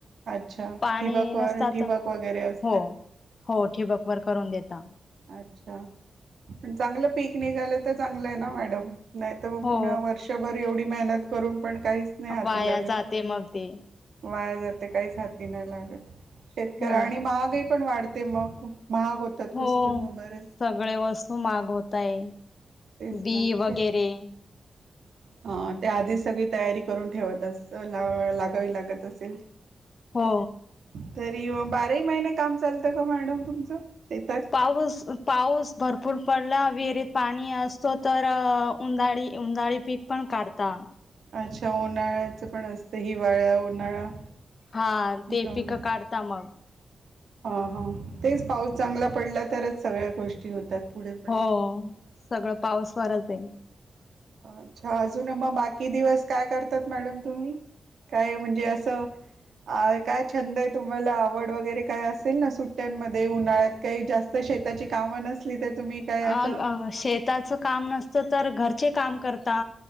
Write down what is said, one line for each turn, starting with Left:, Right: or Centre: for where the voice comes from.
Right: अच्छा
Left: पाणी
Right: ठिबक
Left: नसतात
Right: व ठिबक वगैरे असते
Left: हो हो ठिबकवर करून देता
Right: अच्छा प चांगलं पीक निघालं तर चांगलं ये ना मॅडम नाहीत मग
Left: हो
Right: पुन्हा वर्षभर एवढी मेहनत करून पण काहीच नाही हाती
Left: वाया
Right: लागत
Left: जाते मग ते
Right: वाया जाते. काहीच हाती नाही लागत. शेतकऱ
Left: हो
Right: आणि महागई - पण वाढते मग महाग होतात
Left: हो
Right: वस्तू मग बऱ्याच
Left: सगळे वस्तू मागवतय
Right: तेच
Left: बी
Right: ना
Left: वगैरे
Right: शे अ त्या आधीच सगळी तयारी करून ठेवत अस लागावी लागत असेल
Left: हो
Right: तरी बाराही महिने काम चालतं का मॅडम तुमचं शेतात
Left: पाऊस पाऊस भरपूर पडला विहिरीत पाणी असतो तर उन्हााळी उनध्हाळी पीक पण काढता
Right: अच्छा उन्हाळ्याचं पण असतं हिवाळ्या उन्हाळा
Left: हा ते
Right: दोन्ही
Left: पिकं काढता मग
Right: हा हा तेच पाऊस चांगला पडला तरच सगळ्या गोष्टी होतात पुढे पण
Left: हो सगळं पाऊस <unintelligible>
Right: अच्छा अजून मग बाकी दिवस काय करतात मॅडम तुम्ही काय म्हणजे असं काय छंद आहे तुम्हाला आवड वगैरे काय असेल ना सुट्ट्यांमध्ये उन्हाळ्यात काही जास्त शेताची कामं नसली तर तुम्ही काय असं
Left: अ शेताच काम नसतं तर घरचे काम करता